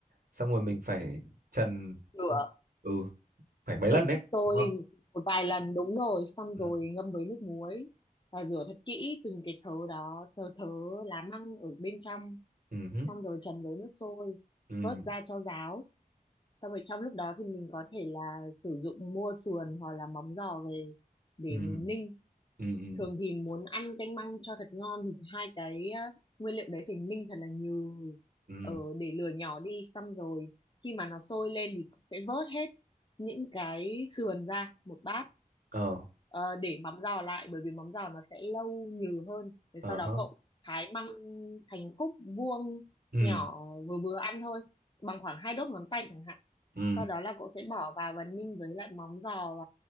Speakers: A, on the right; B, on the left.
A: xong rồi mình phải trần
B: rửa
A: ừ phải mấy
B: trần
A: lần đấy
B: nước sôi
A: đúng không
B: một vài lần đúng rồi xong
A: ừ
B: rồi ngâm với nước muối và rửa thật kỹ từng cái thớ đó thớ thớ lá măng ở bên trong
A: ừ hứ,
B: xong rồi trần với nước sôi
A: ừ
B: vớt ra cho ráo xong rồi trong lúc đó thì mình có thể là sử dụng mua sườn hoặc là móng giò về để
A: ừ
B: mình ninh
A: ừ ừ
B: thường thì muốn ăn canh măng cho thật ngon thì hai cái á, nguyên liệu đấy phải ninh thật là nhừ
A: ừ
B: ở để lửa nhỏ đi xong rồi khi mà nó sôi lên thì sẽ vớt hết những cái sườn ra một bát
A: ờ
B: Ờ, để mắm giò lại bởi vì mắm giò nó sẽ lâu nhừ hơn Thế
A: ờ
B: sau đó
A: hớ,
B: cậu thái măng thành khúc vuông
A: ừ
B: nhỏ vừa vừa ăn thôi bằng khoảng hai đốt ngón tay chẳng hạn
A: ừ
B: sau đó là cậu sẽ bỏ vào và ninh với lại móng giò